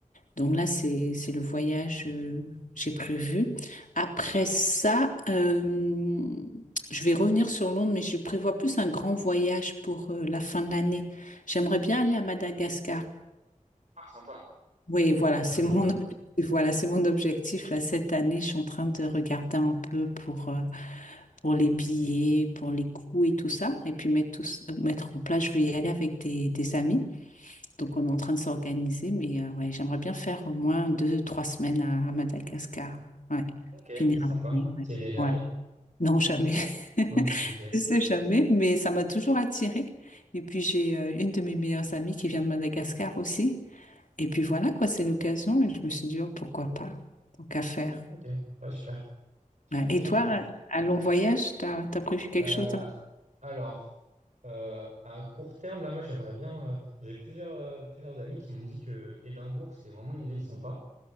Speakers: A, on the left; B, on the right.
A: Donc là, c'est, c'est le voyage euh, j'ai prévu. Après ça, euh, je vais revenir sur Londres, mais je prévois plus un grand voyage pour euh, la fin de l'année. J'aimerais bien aller à Madagascar.
B: Ah, sympa.
A: Oui, voilà,
B: Sympa,
A: c'est
B: sympa.
A: mon objectif. Voilà, c'est mon objectif là cette année. Je suis en train de regarder un peu pour, euh, pour les billets, pour les coûts et tout ça, et puis mettre tout, mettre en place. Je vais y aller avec des, des amis. Donc, on est en train de s'organiser, mais euh, ouais, j'aimerais bien faire au moins deux, trois semaines à, à Madagascar. Ouais,
B: Ok,
A: finir
B: sympa.
A: un année, ouais.
B: Tu es déjà
A: Ouais.
B: allé?
A: Non, jamais.
B: Non.
A: <laughs>
B: Ok.
A: Je sais jamais, mais ça m'a toujours attirée. Et puis, j'ai euh, une de mes meilleures amies qui vient de Madagascar aussi. Et puis voilà, quoi, c'est l'occasion. Et je me suis dit, oh, pourquoi pas? Tant qu'à faire.
B: Ok. Ouais, super. Super,
A: Ouais. Et
B: super.
A: toi, un un long voyage, t'as, t'as prévu quelque
B: Euh,
A: chose? hein
B: alors, euh, à court terme, là, moi, j'aimerais bien. euh, j'ai plusieurs, euh, plusieurs amis qui m'ont dit que Édimbourg, c'était vraiment une ville sympa.